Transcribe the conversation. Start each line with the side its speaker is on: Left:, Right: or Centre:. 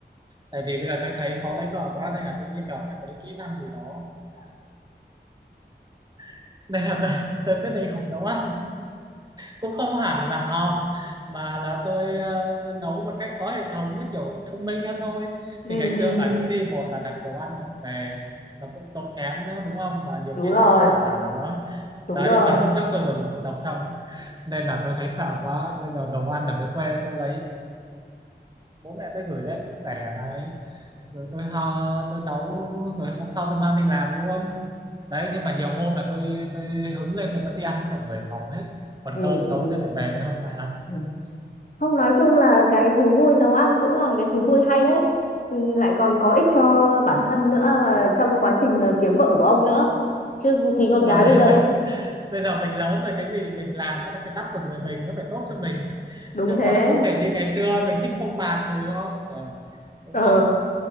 Right: tại vì bây giờ tôi thấy khó lấy vợ quá nên là tôi nghĩ phải học thêm một cái kỹ năng gì đó <laughs> nên là tôi, tôi quyết định học nấu ăn cũng không hẳn là học mà là tôi ờ, nấu một cách có hệ thống với kiểu thông minh hơn thôi
Left: Ừ,
Right: thì ngày xưa
Left: ừ,
Right: bà nghĩ đi một là đặt đồ ăn lên về nó cũng tốn kém nữa đúng không và nhiều
Left: đúng
Right: khi
Left: rồi,
Right: nó không đảm bảo nữa
Left: đúng
Right: đấy
Left: rồi.
Right: mà hôm trước tôi vừa bị ngộ độc xong nên là tôi thấy sợ quá bây giờ đồ ăn ở dưới quê tôi lấy bố mẹ tôi gửi lên cũng rẻ đấy rồi tôi ho tôi nấu rồi hôm sau tôi mang đi làm luôn đấy nhưng mà nhiều hôm là tôi tôi hứng lên tôi vẫn đi ăn với mọi người phòng hết còn
Left: Ừ,
Right: cơm
Left: ừ.
Right: tối tôi lại về tôi hâm lại ăn
Left: ừ. Không nói chung là cái thú vui nấu ăn cũng là một cái thú vui hay đấy. Ừ, lại còn có ích cho bản thân nữa và trong quá trình ờ, kiếm vợ của ông nữa. Chứ thì con
Right: chung
Left: gái
Right: là <laughs> bây,
Left: bây giờ
Right: bây, bây giờ mình lớn rồi cái gì mình làm mà nó phải đắp vào người mình nó phải tốt cho mình
Left: đúng
Right: chứ
Left: thế.
Right: còn không thể như ngày xưa mình thích phông bạt được không trời đúng
Left: Ờ,
Right: không